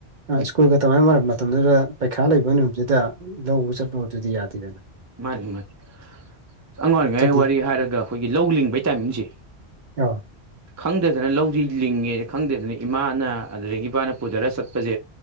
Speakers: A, on the right; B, on the right.
A: ꯎꯝ
B: ꯁ꯭ꯀꯨꯜꯒ ꯇꯧꯅ ꯃꯔ ꯃꯇꯝꯗꯨꯗ ꯄꯩꯈꯥ ꯂꯩꯕ ꯅꯨꯃꯤꯠꯁꯤꯗ ꯂꯧꯕ ꯆꯠꯄ ꯑꯗꯨꯗꯤ ꯌꯥꯗꯦꯗꯅ
A: ꯃꯥꯅꯤ ꯃꯥꯅꯤ ꯑꯁ ꯑꯉꯥꯡ ꯑꯣꯏꯔꯤꯉꯥꯏ
B: ꯆꯠꯇꯤ
A: ꯋꯥꯔꯤ ꯍꯥꯏꯔꯒ ꯑꯩꯈꯣꯏꯒꯤ ꯂꯧ ꯂꯤꯡꯕꯩ ꯇꯥꯏꯃꯤꯡꯁꯦ
B: ꯑꯧ
A: ꯈꯪꯗꯗꯅ ꯂꯧꯗꯤ ꯂꯤꯡꯉꯦ ꯈꯪꯗꯗꯅ ꯏꯃꯥꯅ ꯑꯗꯨꯗꯒꯤ ꯏꯄꯥꯅ ꯄꯨꯊꯔ ꯆꯠꯄꯁꯦ